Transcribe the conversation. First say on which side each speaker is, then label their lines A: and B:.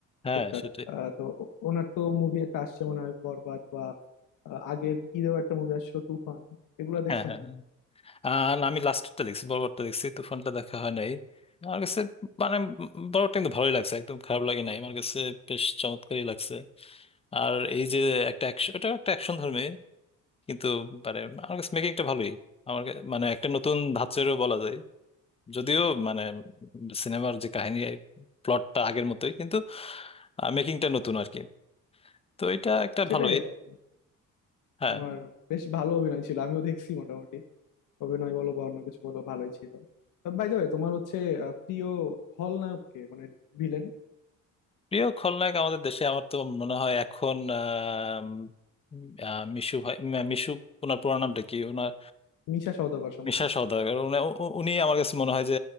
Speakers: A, on the left (about 20°); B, on the left (about 70°).
A: হ্যাঁ
B: টুকটাক
A: সেটাই
B: আহ, তো ও- ওনার তো মুভি একটা আসছে মনে হয় বরবাদ বা আহ, আগের ঈদেও একটা মুভি আসছিল তুফান এগুলো দেখছো
A: হ্যাঁ হ্যাঁ
B: নাকি
A: হ্যাঁ। আর আমি লাস্টেরটা দেখছি বড়বারটা দেখছি তো ফোনটা দেখা হয় নাই আমার কাছে মানে বড়টা কিন্তু ভালোই লাগছে একদম খারাপ লাগে নাই আমার কাছে বেশ চমৎকারই লাগছে আর এই যে একটা action- ওটা একটা অ্যাকশন ধর্মী কিন্তু মানে আমার কাছে মেকিংটা ভালোই আমার কা- মানে একটা নতুন ধাঁচেরও বলা যায় যদিও মানে সিনেমার যে কাহিনী প্লটটা আগের মতোই কিন্তু মেকিংটা নতুন আর কি তো এটা একটা
B: সেটাই
A: ভালোই
B: আর কি
A: হ্যাঁ
B: তোমার বেশ ভালো অভিনয় ছিল আমিও দেখছি মোটামুটি অভিনয় বলো বা অন্য কিছু বলো ভালোই ছিল বাই দ্য ওয়ে তোমার হচ্ছে আহ, প্রিয় খলনায়ক কে মানে ভিলেন
A: প্রিয় খলনায়ক আমাদের দেশে আমার তো মনে হয় এখন আম, আহ, মিশু ভাই মিশু ওনার পুরো নামটা কি ওনার
B: মিশা সওদাগর সম্ভবত
A: মিশা সওদাগর উনি- উ- উনি আমার কাছে মনে হয় যে